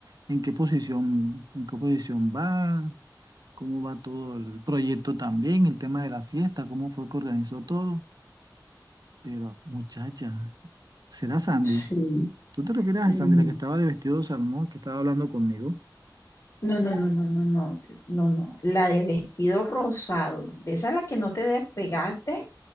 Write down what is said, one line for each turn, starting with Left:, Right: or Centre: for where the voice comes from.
Right: en qué posición, en qué posición va, cómo va todo el proyecto también, el tema de la fiesta, cómo fue que organizó todo. Pero muchacha, ¿Será Sandy?
Left: Sí.
Right: ¿Tú te refieres
Left: Mm,
Right: a Sandy, la que estaba de vestido de salmón, que estaba hablando conmigo?
Left: No, no, no, no, no, no, no, no. La de vestido rosado, de esa a la que no te despegaste